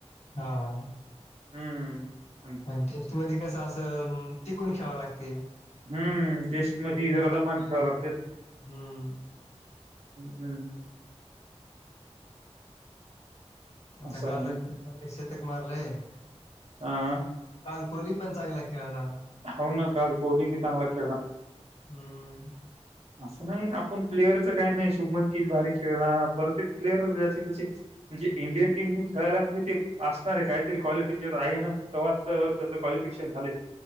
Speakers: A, on the left; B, on the right.
A: हाव
B: हम्म अन-
A: आणि टेस्टमध्ये कसं असं टिकून खेळावं लागतंय.
B: हम्म टेस्टमध्ये
A: हम्म
B: जरा दमान खेळावं लागतंय हम्म
A: आता
B: असं आहे
A: काल <unintelligible>
B: ना
A: शतक मारलंय.
B: अ
A: काल कोहली पण चांगला खेळला
B: हो ना काल कोहली बी चांगला खेळला.
A: हम्म
B: असं नाही आपण प्लेयरचं काय नाही शुबमन गिल भारी खेळला परत एक प्लेयर ज्याचे तसे म्हणजे इंडियन टीमहून खेळायला म्हणजे ते असणार आहे काहीतरी क्वालिटी गेम आहे ना? तेव्हा तर त्याचं क्वालिफिकेशन झालंय.